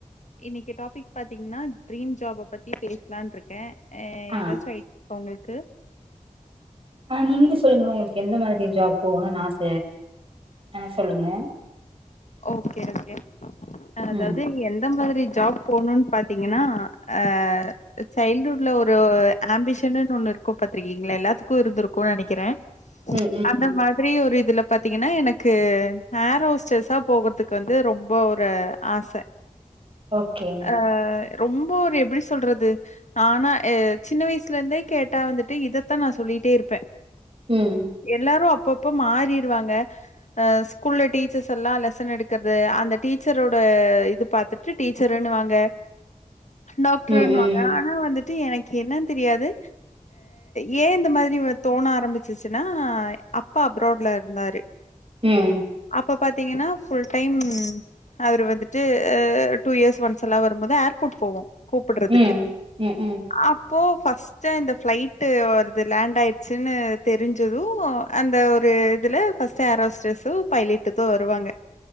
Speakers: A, on the left (about 60°); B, on the right (about 40°).
A: இன்னைக்கி டாபிக் பாத்தீங்ன்னா ட்ரீம் ஜாப்ப பத்தி பேசலான்ருக்க அ
B: ஆ
A: ஏதாச்சு ஐடியா <inaudible> உங்களுக்கு
B: ஆ நீங்களே சொல்லுங்க உங்களுக்கு எந்த மாதிரி ஜாப் போகணுன் ஆச ஆ சொல்லுங்க
A: ஓகே ஓகே அதாவது
B: ம்
A: எந்த எந்த மாதிரி ஜாப் போணுனீ பாத்தீங்கன்னா அ சைல்டுஹுட்ல ஒரு ஆம்பிஷனுன்னு ஒன்னு இருக்கு பாத்திருக்கீங்களா எல்லாத்துக்கு இருந்து இருக்குனு நெனைக்கிறே
B: ம் ம்
A: அந்த மாரி ஒரு இதுல பாத்தீங்கன்னா எனக்கு ஏரோஸ்டர்சா போகறதுக்கு வந்து ரொம்ப ஒரு ஆச
B: ஓகே
A: ஆ ரொம்ப ஒரு எப்டி சொல்றது ஆனா சின்ன வயசுல இருந்தே கேட்டா வந்துட்டு இதத்தா நான் சொல்லிட்டே இருப்பே
B: ம்
A: எல்லாரு அப்பப்ப மாறிருவாங்க அ ஸ்கூல்ல டீச்சர்ஸ் எல்லா லெ சன் எடுக்கறது அந்த டீச்சரோட இது பாத்துட்டு டீச்சர்ன்னுவாங்க டாக்டர்
B: ம்
A: இன்னுவாங்க
B: ம்
A: ஆனா வந்துட்டு எனக்கு என்ன தெரியாது ஏ இந்த மாரி தோன ஆரம்பிச்சிச்சுன்னா அப்பா அப்ராட்ல இருந்தாரு
B: ம்
A: அப்போ பாத்தீங்கன்னா ஃபுல் டைம் அவரு வந்துட்டு டூ இயர்ஸ் ஒன்ஸ் எல்லா வரும்போது ஏர்போட் போவோ கூப்புட்றதுக்கு
B: ம் ம் ம்
A: அப்போ ஃபர்ஸ்ட் டு அந்த ஃபிளைட் அவருது லேண்ட் ஆயிடுச்சின்னு தெரிஞ்சது அந்த ஒரு இதுல ஃபர்ஸ்ட் ஏரோஸ்டர்ஸ்சு பைலட்டு தா வருவாங்க